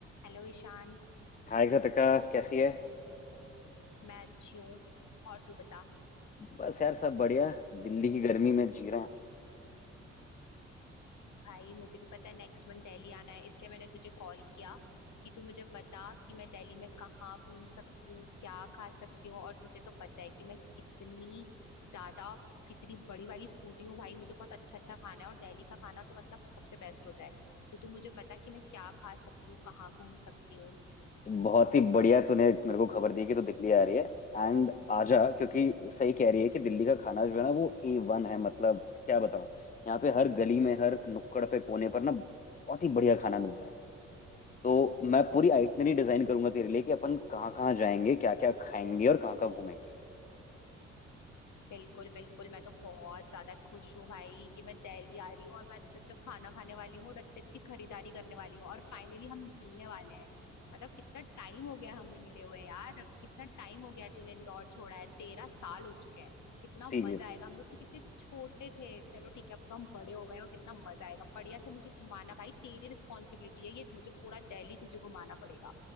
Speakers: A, on the left (about 55°); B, on the left (about 25°).
A: Hello Ishaan
B: हाय कृतिका कैसी है
A: मैं अच्छी हूँ और तू बता
B: बस यार सब बढ़िया दिल्ली की गर्मी में जी रहा
A: भाई मुझे भी पता है नेक्स्ट मंथ दिल्ली आना है इसलिए मैंने तुझे कॉल किया कि तू मुझे बता कि मैं दिल्ली में कहाँ घूम सकती हूँ क्या खा सकती हूँ और तुझे तो पता है कि मैं कितनी ज्यादा कितनी बड़ी वाली फूडी हूँ भाई मुझे बहुत अच्छा अच्छा खाना है और दिल्ली का खाना तो मतलब सबसे बेस्ट होता है तो तू मुझे बता कि मैं क्या खा सकती हूँ कहाँ घूम सकती हूँ
B: हूँ बहुत ही बढ़िया तूने मेरे को खबर दी कि तू दिल्ली आ रही है एंड आजा क्योंकि सही कह रही है कि दिल्ली का खाना जो है ना वो ए वन है मतलब क्या बताऊँ यहाँ पे हर गली में हर नुक्कड़ पे कोने पर ना बहुत ही बढ़िया खाना मिलता है तो मैं पूरी आइटनरी डिजाइन करूंगा तेरे लिए कि अपन कहाँ कहाँ जाएंगे क्या क्या खाएंगे और कहाँ कहाँ घूमेंगे
A: बिल्कुल बिल्कुल मैं तो बहुत ज्यादा खुश हूँ भाई कि मैं दिल्ली आ रही हूँ और मैं अच्छा अच्छा खाना खाने वाली हूँ और अच्छी अच्छी खरीदारी करने वाली हूँ और फाइनली हम मिलने वाले हैं मतलब कितना टाइम हो गया हमें मिले हुए यार कितना टाइम हो गया है तूने इंदौर छोड़ा है तेरह साल हो चुके हैं कितना
B: ठीक
A: मजा
B: है,
A: आएगा हम लोग तो कितने छोटे थे चलो ठीक है अब तो हम बड़े हो गए हैं और कितना मजा आएगा बढ़िया से मुझे घुमाना भाई तेरी रिस्पॉन्सिबिलिटी है ये मुझे पूरा दिल्ली तुझे घुमाना पड़ेगा